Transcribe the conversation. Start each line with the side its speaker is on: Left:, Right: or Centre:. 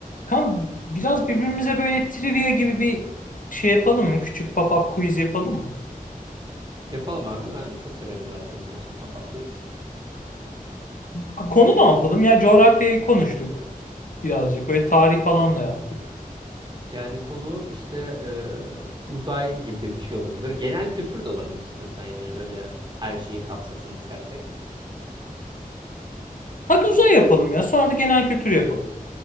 Left: Kan biraz birbirimize böyle trivia gibi bir şey yapalım mı? Küçük pop-up quiz yapalım mı?
Right: Yapalım abi. Ben çok severim zaten biliyorsun Pop-Up Quiz.
Left: Ha, Konu ne yapalım? Ya coğrafyayı konuştuk birazcık. Böyle tarih falan da yaptık.
Right: Yani konu işte e, uzay gibi bir şey olabilir. Böyle genel kültür de olabilir istiyorsan yani böyle her şeyi kapsasın istersek.
Left: Hadi uzay yapalım ya. Sonra da genel kültür yapalım.